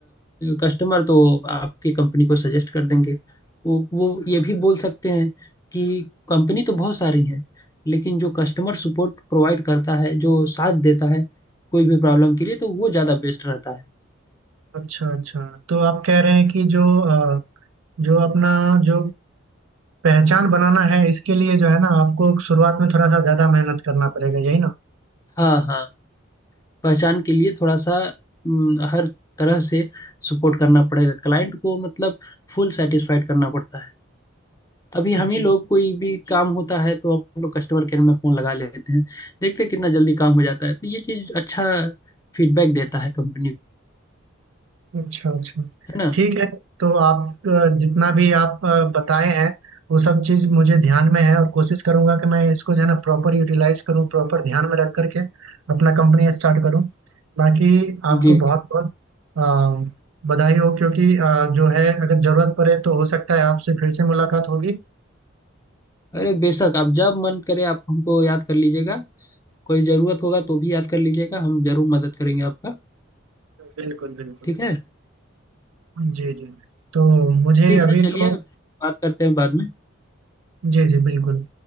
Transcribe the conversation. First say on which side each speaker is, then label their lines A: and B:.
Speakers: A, on the left (about 15°); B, on the right (about 85°).
A: कस्टमर तो आपकी कंपनी को सजेस्ट कर देंगे वो वो ये भी बोल सकते हैं कि कंपनी तो बहुत सारी है लेकिन जो कस्टमर सपोर्ट प्रोवाइड करता है जो साथ देता है कोई भी प्रॉब्लम के लिए तो वो ज़्यादा बेस्ट रहता है
B: अच्छा अच्छा तो आप कह रहे हैं कि जो अ, जो अपना जो पहचान बनाना है इसके लिए जो है ना आपको शुरुआत में थोड़ा सा ज्यादा मेहनत करना पड़ेगा यही ना
A: हाँ हाँ पहचान के लिए थोड़ा सा हम्म, हर तरह से सपोर्ट करना पड़ेगा क्लाइंट को मतलब फुल सेटिस्फाइड करना पड़ता है अभी हम ही
B: जी
A: लोग कोई भी काम होता है तो हम लोग कस्टमर केयर में फोन लगा लेते हैं देखते हैं कितना जल्दी काम हो जाता है तो ये चीज अच्छा फीडबैक देता है कंपनी को
B: अच्छा अच्छा
A: है ना
B: ठीक है तो आप अ, जितना भी आप अ, बताए हैं वो सब चीज मुझे ध्यान में है और कोशिश करूंगा कि मैं इसको जो है ना प्रॉपर यूटिलाइज करूँ प्रॉपर ध्यान में रख करके अपना कंपनी स्टार्ट करूँ बाकी आपको
A: जी जी
B: बहुत बहुत अ, बधाई हो क्योंकि अ, जो है अगर जरूरत पड़े तो हो सकता है आपसे फिर से मुलाकात होगी
A: अरे बेशक आप जब मन करे आप हमको याद कर लीजिएगा कोई जरूरत होगा तो भी याद कर लीजिएगा हम जरूर मदद करेंगे आपका
B: बिल्कुल बिल्कुल
A: ठीक है
B: जी जी तो मुझे
A: ठीक
B: अभी
A: है चलिए
B: तो
A: बात करते हैं बाद में
B: जी, जी, बिल्कुल।